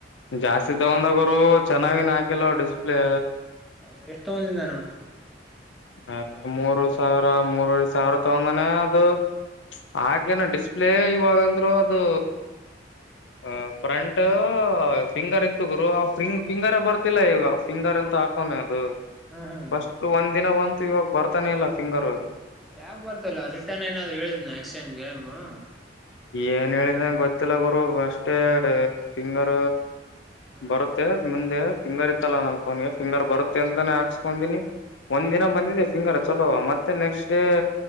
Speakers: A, on the left; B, in the centre.
A: ಜಾಸ್ತಿ ತಗೊಂದ ಗುರು ಚೆನ್ನಾಗಿ ಹಾಕಿಲ್ಲ ಡಿಸ್ಪ್ಲೇ
B: ಹೌದು ಎಷ್ಟೊಂತಗೋದಿನೊವನು
A: ಹ ಮೂರು ಸಾವಿರ ಮೂರವರೆ ಸಾವಿರ ತಗೊಂದನೆ ಅದು ಆಕೇನ ಡಿಸ್ಪ್ಲೇ ಇವಾಗಂದ್ರು ಅದು ಆ ಫ್ರಂಟ್ ಫಿಂಗರ್ ಇತ್ತು ಗುರು ಆ ಫಿಂಗ್ ಫಿಂಗರ್ ಬರ್ತಿಲ್ಲ ಈಗ ಫಿಂಗರ್ ಅಂತ ಹಾಕ್ ಹೌನ ಅದು
B: ಹ್ಮ್ ಹ್ಮ್
A: ಫಸ್ಟ್ ಒಂದ್ ದಿನ ಬಂತು ಇವಾಗ ಬರ್ತಾನೆ ಇಲ್ಲ ಫಿಂಗರ್
B: ಯಾಕ್ ಬರ್ತಲ್ಲ ರಿಟರ್ನ್ ಏನಾದ್ರು ಹೇಳಿದ್ನ ಎಕ್ಸ್ಚೇಂಜ್ಗೆನು
A: ಏನು ಹೇಳಿದಂಗೆ ಗೊತ್ತಿಲ್ಲ ಗುರು ಅಷ್ಟೇ ತಿಂಗಾರ
B: ಹ್ಮ್
A: ಬರುತ್ತೆ ಮುಂದೆ ಫಿಂಗರ್ ಇತ್ತಲ್ಲ ನನ್ ಫೋನ್ಗೆ ಫಿಂಗರ್ ಬರುತ್ತೆ ಅಂತಾನೇ ಹಾಕ್ಸ್ಕೊಂಡೀನಿ
B: ಹ್ಮ್
A: ಒಂದ್ ದಿನ ಬಂದಿದೆ ಪಿಂಗರ್ ಚಲೋ ಮತ್ತೆ ನೆಕ್ಸ್ಟ್ ಡೇ